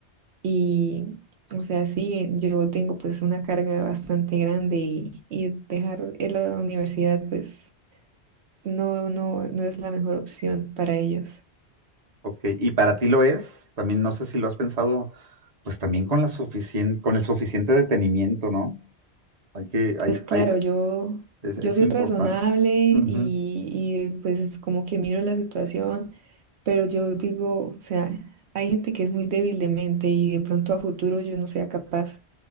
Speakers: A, on the right (about 75°); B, on the right (about 40°).
A: Y, o sea, sí, yo tengo pues una carga bastante grande y, y dejar la universidad pues no, no, no es la mejor opción para ellos.
B: Ok, y para ti lo es, también no sé si lo has pensado, pues también con la suficien- con el suficiente detenimiento, ¿no? Hay que,
A: Pues
B: hay,
A: claro,
B: hay,
A: yo,
B: Es,
A: yo
B: es
A: soy
B: importante.
A: razonable y,
B: Ujú.
A: y pues es como que miro la situación, pero yo digo, o sea, hay gente que es muy débil de mente y de pronto a futuro yo no sea capaz